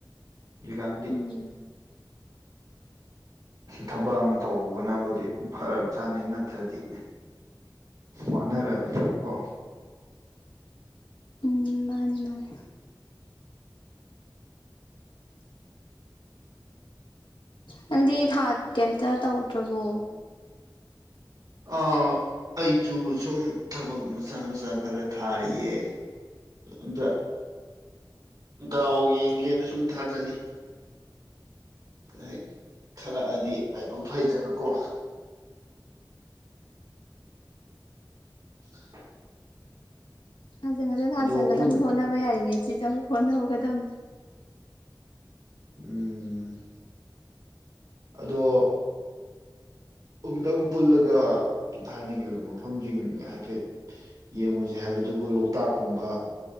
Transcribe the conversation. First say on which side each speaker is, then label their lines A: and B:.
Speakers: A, on the right; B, on the left.
A: ꯒꯥꯟꯙꯤ
B: ꯎꯝ
A: ꯊꯕꯛ ꯑꯃ ꯇꯧꯍꯧꯕꯅꯕꯨꯗꯤ ꯐꯔꯕꯖꯥꯠꯅꯤ ꯅꯠꯇ꯭ꯔꯗꯤ ꯋꯥꯅꯔꯕꯅꯤꯅꯀꯣ
B: ꯎꯝ ꯃꯥꯅꯦ ꯃꯥꯅꯦ ꯅꯪꯗꯤ ꯊꯥ ꯀꯩꯝꯇ ꯇꯧꯗ꯭ꯔꯕꯣ
A: ꯑ ꯑꯩꯁꯨ ꯁꯨꯝ ꯊꯕꯛ ꯃꯆꯥ ꯃꯆꯥ ꯈꯔ ꯊꯥꯔꯤꯌꯦ ꯑꯗ ꯗꯥꯎ ꯌꯦꯡꯒꯦꯅ ꯁꯨꯝ ꯊꯥꯖꯤꯜꯂꯤ ꯍꯥꯏ ꯈꯜꯂꯛꯑꯗꯤ ꯂꯥꯏꯕꯛ ꯐꯩꯗꯅ ꯀꯣ <inaudible>
B: ꯊꯥꯖꯟꯒꯗꯕꯅ
A: ꯑꯗꯣ
B: ꯊꯥꯖꯟꯒꯗꯕ
A: ꯄꯨꯟ
B: ꯍꯣꯠꯅꯕ ꯌꯥꯔꯤꯉꯩꯖꯤꯗ ꯍꫭꯠꯅ ꯍꯧꯒꯗꯝ
A: ꯎꯝ ꯑꯗꯣ ꯑꯝꯇꯪ ꯄꯨꯜꯂꯒ ꯊꯥꯏꯅꯒꯤ ꯑꯣꯏ ꯃꯐꯝꯁꯤꯡ ꯍꯥꯏꯐꯦꯠ ꯌꯦꯡꯉꯨꯁ ꯍꯥꯏꯕꯗꯨꯕꯨ ꯂꯣꯛꯇꯥꯛꯀꯨꯝꯕ